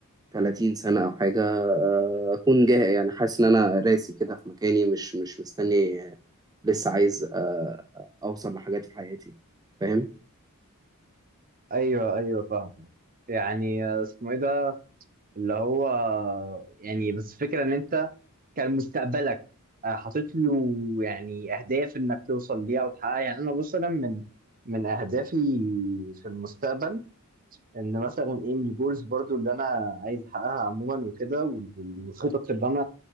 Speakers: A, on the right; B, on the right.
A: 30 سنة أو حاجة آه، أكون جاهز يعني حاسس إن أنا راسي كده في مكاني مش مش مستني آه، لسه عايز آه، أوصل لحاجات في حياتي فاهم؟
B: ايوه ايوه فاهم يعني آه، اسمه ايه ده اللي هو يعني بس فكرة ان انت كان مستقبلك آه، حاطط له يعني اهداف انك توصل ليها وتحققها يعني انا بص انا من من اهدافي في المستقبل ان مثلا ايه من الجولز برضو اللي انا عايز احققها عموما وكده وال- والخطط اللي انا